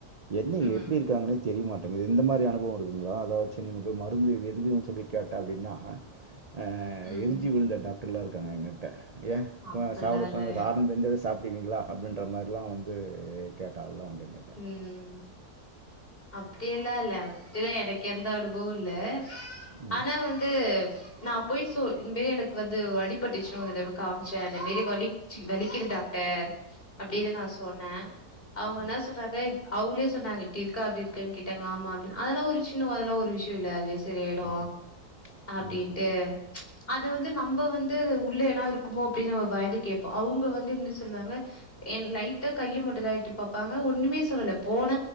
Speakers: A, on the right (about 40°); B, on the left (about 35°).
A: என்ன
B: ம்
A: எப்டி இருக்காங்கனே தெரியமாட் எனக்கு இந்த மாரி அனுபவோ இருக்குங்களா அத வச்சி நீங்க போய் மருந்து இது எதுக்குன் சொல்லி கேட்டா அப்டின்னா அ
B: ம்
A: எரிஞ்சி விழுந்த டாக்டர்லா இருக்காங்க எங்ககிட்ட ஏ கொ
B: அப்பல்லா
A: சாப்ட
B: இல்ல
A: சொன்னா காரணோ தெரிஞ்சாதா ஸ் சாப்டுவீங்களா அப்டின்ற மாரிலா வந்து கேட்ட ஆள்ளா உண்டு என்கிட்ட.
B: ம் அப்டியெல்லா இல்ல அப்டிலா எனக்கு எந்த அனுபவோ இல்ல
A: ம்.
B: ஆனா வந்து நாப் போய் சொல் இதுவே எனக்கு வந்து அடிபட்டுச்சின்னு ஒரு தடவ காமிச்ச அத மேரி வலிச்சி வலிக்குது டாக்டர் அப்டிதா நா சொன்ன அவங்க
A: ம்
B: நர்ஸ் ஸே அவுங்களே சொன்னாங்க இப்டி இருக்க அப்டி இருக்கு கேட்டாங்க ஆமா அப்டின்ன அதெல்லா ஒரு சின்ன அதல ஒரு விஷயோ இல்ல அதுவே சரியாயிடு
A: ம்
B: அப்டின்ட்டு
A: ம்
B: அது வந்து நம்ப வந்து உள்ள எது ன்னா இருக்குமோ அப்டினு நம்ம பயந்து கேபோ அவுங்க வந்து என்ன சொல்லுவாங்க என் லைட்டா கைய மட்டுதா எடுத்து பாப்பாங் நா ஒண்ணுமே சொல்லல போன